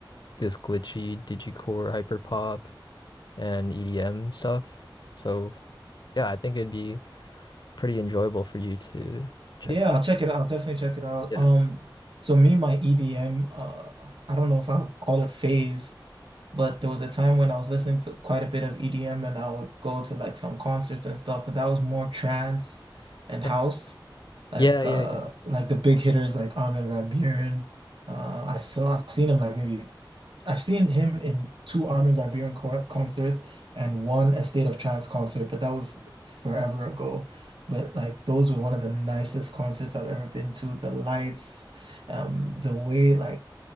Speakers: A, on the left (about 60°); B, on the right (about 85°).
A: this glitchy digicore hyperpop and EDM stuff. So yeah, I think it'd be pretty enjoyable for you to check
B: Yeah,
A: that.
B: I'll check it out. I'll definitely check it out.
A: Yeah.
B: Um, so me, and my EDM, uh, I don't know if I'll call it phase, but there was a time when I was listening to quite a bit of EDM and I would go to like some concerts and stuff, but that was more trance and
A: Uh,
B: house. Like
A: Yeah, yeah,
B: uh
A: yeah.
B: like the big hitters like Armin van Buuren. Uh, I saw I've seen him like maybe I've seen him in two Armin van Buuren co concerts and one Estate of Trance concert, but that was forever ago. But like those were one of the nicest concerts I've ever been to. The lights, um, the way like